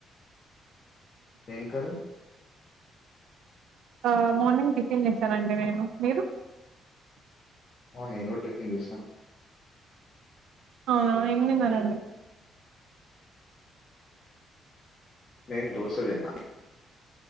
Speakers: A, on the left (about 40°); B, on the right (about 75°).
A: ఏం కర్రి
B: ఆ మార్నింగ్ టిఫిన్ చేసానండి నేను మీరు
A: అవును నేన్ కూడా టిఫిన్ చేశాను
B: ఆ ఏమిందిన్నారండి
A: నేన్ దోశ తిన్నా